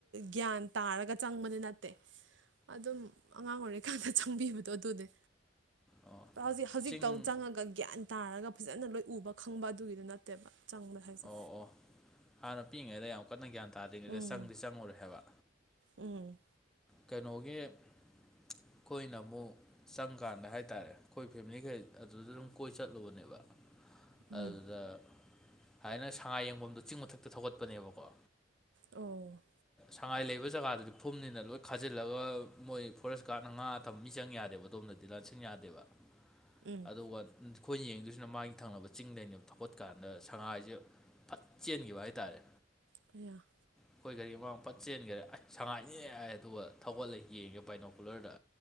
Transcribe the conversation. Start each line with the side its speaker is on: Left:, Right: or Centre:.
Right: ꯒ꯭ꯌꯥꯟ ꯇꯥꯔꯒ ꯆꯪꯕꯗꯤ ꯅꯠꯇꯦ ꯑꯗꯨꯝ ꯑꯉꯥꯡ ꯑꯣꯏꯔꯤꯀꯥꯟꯗ ꯆꯪꯕꯤꯕꯗꯣ ꯑꯗꯨꯅꯦ
Centre: ꯑꯣ
Right: ꯍꯧꯖꯤꯛ ꯍꯧꯖꯤꯛꯇꯧ
Centre: ꯆꯤꯡ
Right: ꯆꯪꯉꯒ ꯒ꯭ꯌꯥꯟ ꯇꯥꯔꯒ ꯐꯖꯅ ꯂꯣꯏ ꯎꯕ ꯈꯪ ꯈꯪꯕ ꯑꯗꯨꯒꯤꯗ ꯅꯠꯇꯦꯕ ꯆꯪꯕꯗ ꯍꯥꯏꯁꯦ
Centre: ꯑꯣ ꯑꯣ ꯍꯥꯟꯅ ꯄꯤꯛꯏꯉꯩꯗ ꯌꯥꯝ ꯀꯟꯅ ꯒ꯭ꯌꯥꯟ ꯇꯥꯗ꯭ꯔꯤꯉꯩꯗ
Right: ꯎꯝ
Centre: ꯆꯪꯗꯤ ꯆꯪꯉꯨꯔꯦ ꯍꯥꯏꯕ
Right: ꯎꯝ
Centre: ꯀꯩꯅꯣꯒꯤ ꯑꯩꯈꯣꯏꯅ ꯑꯃꯨꯛ ꯆꯪꯀꯥꯟꯗ ꯍꯥꯏ ꯇꯔꯦ ꯑꯩꯈꯣꯏ ꯐꯦꯃꯤꯂꯤ ꯈꯩ ꯑꯗꯨꯗ ꯑꯗꯨꯝ ꯀꯣꯏ ꯆꯠꯂꯨꯕꯅꯦꯕ
Right: ꯎꯝ
Centre: ꯑꯗꯨꯗ ꯍꯥꯏꯅ ꯁꯉꯥꯏ ꯌꯦꯡꯐꯝꯗꯣ ꯆꯤꯡ ꯃꯊꯛꯇ ꯊꯧꯒꯠꯄꯅꯦꯕꯀꯣ
Right: ꯑꯣ
Centre: ꯁꯉꯥꯏ ꯂꯩꯕ ꯖꯒꯥꯗꯨꯗꯤ ꯐꯨꯝꯅꯤꯅ ꯂꯣꯏ ꯈꯥꯖꯤꯜꯂꯒ ꯃꯣꯏ ꯐꯣꯔꯦꯁ ꯒꯥꯔꯗꯅ ꯉꯥ ꯊꯝꯕ ꯃꯤ ꯆꯪ ꯌꯥꯗꯦꯕ ꯑꯗꯣꯝꯗꯗꯤ ꯂꯥꯟꯁꯟ ꯌꯥꯗꯦꯕ
Right: ꯎꯝ
Centre: ꯑꯗꯨꯒ ꯑꯩꯈꯣꯏꯅ ꯌꯦꯡꯗꯣꯏꯁꯤꯅ ꯃꯥꯒꯤ ꯊꯪꯅꯕ ꯆꯤꯡꯗꯕ ꯊꯧꯄꯠꯀꯥꯟꯗ ꯁꯉꯥꯏꯁꯦ ꯐꯠ ꯆꯦꯟꯈꯤꯕ ꯍꯥꯏ ꯇꯔꯦ
Right: ꯇ꯭ꯔ
Centre: ꯑꯩꯈꯣꯏ ꯒꯥꯔꯤ ꯃꯃꯥꯡ ꯄꯠ ꯆꯦꯟꯈꯔꯦ ꯑꯩꯁ ꯁꯉꯥꯏꯅꯦ ꯌꯥ ꯑꯗꯨꯒ ꯊꯧꯒꯠꯂꯒ ꯌꯦꯡꯉꯦ ꯄꯕꯥꯥꯏꯅꯣꯀꯨꯂꯔꯗ